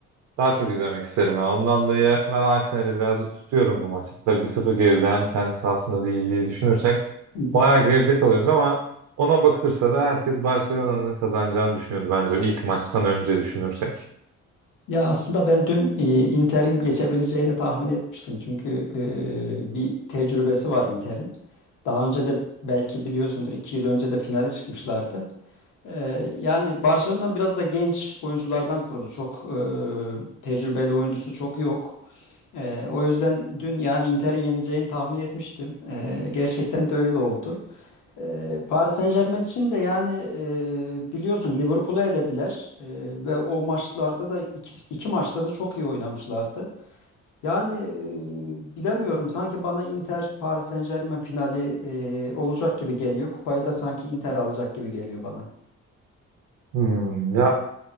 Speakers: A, on the right; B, on the left.
A: Daha çok izlemek isterim ya. Ondan dolayı ben Arsenal'i birazcık tutuyorum bu maçta. Tabii 1-0 geride hem kendi sahasında değil diye düşünürsek
B: Hı hı.
A: bayağı geride kalıyoruz ama ona bakılırsa da herkes Barcelona'nın kazanacağını düşünüyordu bence o ilk maçtan önce düşünürsek.
B: Ya aslında ben dün e, Inter'in geçebileceğini tahmin etmiştim. Çünkü e, bir tecrübesi var Inter'in. Daha önce de belki biliyorsundur iki yıl önce de finale çıkmışlardı. E, yani Barcelona biraz da genç oyunculardan kurulu. Çok e, tecrübeli oyuncusu çok yok. E, o yüzden dün yani Inter'in yeneceğini tahmin etmiştim. E, gerçekten de öyle oldu. Ee, Paris Saint-Germain için de yani e, biliyorsun Liverpool'u elediler E, ve o maçlarda da iki, iki maçta da çok iyi oynamışlardı. Yani e, bilemiyorum sanki bana Inter Paris Saint-Germain finali e, olacak gibi geliyor. Kupayı da sanki Inter alacak gibi geliyor bana.
A: Hmm, ya